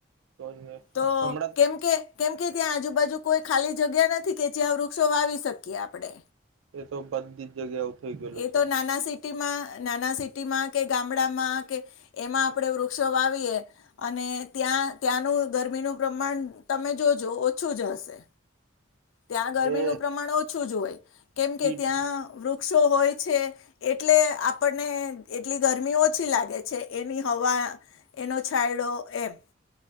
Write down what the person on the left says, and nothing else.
તો
કેમ કે કેમ કે ત્યાં આજુબાજુ કોઈ ખાલી જગ્યા નથી કે જ્યાં વૃક્ષો વાવી શકીએ આપડે.
એ
તો નાના સિટીમાં, નાના સિટીમાં કે ગામડામાં કે એમાં આપણેે વૃક્ષો વાવીએ અને ત્યાં ત્યાંનું ગરમીનું પ્રમાણ તમે જોજો ઓછું જ હશે. ત્યાં ગરમીનું
પ્રમાણ ઓછું જ હોય કેમ
કે ત્યાં વૃ ક્ષો હોય. છે એટલે આપણને એટલી ગરમી ઓછી લાગે છે એની હવા, એનો છાયડો એમ.